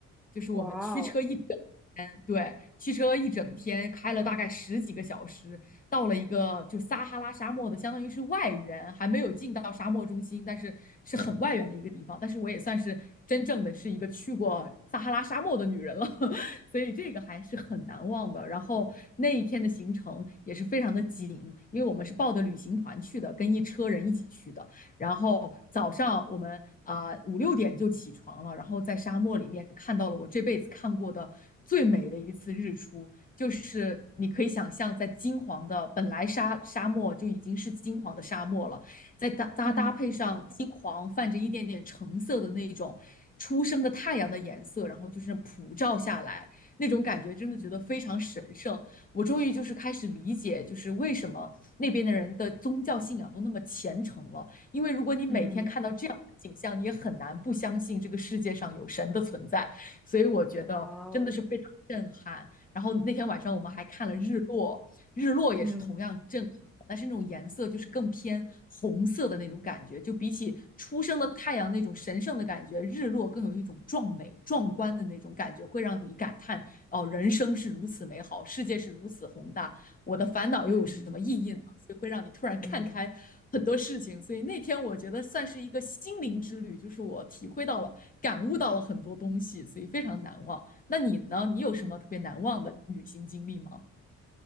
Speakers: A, on the left; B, in the centre.
A: 就是我们驱车一整嗯，
B: 哇哦，
A: 对，汽车一整天开了大概十几个小时，
B: 嗯
A: 到了一个就撒哈拉沙漠的，相当于是外缘，还没有进到沙漠中心，但是是很外缘的一个地方。但是我也算是真正的是一个去过撒哈拉沙漠的女人了，<laughs> 所以这个还是很难忘的。然后那一天的行程也是非常的紧，因为我们是抱着旅行团去的，跟一车人一起去的。然后早上我们啊五六点就起床了，然后在沙漠里面看到了我这辈子看过的最美的一次日出，就是你可以想象，在金黄的本来沙沙漠就已经是金黄的沙漠了，再搭搭搭配上金黄泛着一点点橙色的那种初升的太阳的颜色，
B: 嗯
A: 然后就是普照下来那种感觉，真的觉得非常神圣。
B: 嗯，
A: 我终于就是开始理解，就是为什么那边的人的宗教信仰都那么虔诚了。因为如果你每天看到这样的景象，
B: 嗯
A: 你也很难不相信这个世界上有神的存在。所以我觉得真的是非常震撼。
B: 哇哦，
A: 然后那天晚上我们还看了日落，
B: 嗯
A: 日落也是同样震撼。
B: 嗯
A: 但是那种颜色就是更偏红色的那种感觉，就比起初升的太阳那种神圣的感觉，日落更有一种壮美、壮观的那种感觉，会让你感叹哦，人生是如此美好，世界是如此宏大，我的烦恼又有什么意义呢？
B: 嗯
A: 就会让你突然看开很多事情。
B: 嗯
A: 所以那天我觉得算是一个心灵之旅，就是我体会到了、感悟到了很多东西，所以非常难忘。那你呢？你有什么特别难忘的旅行经历吗？
B: 嗯。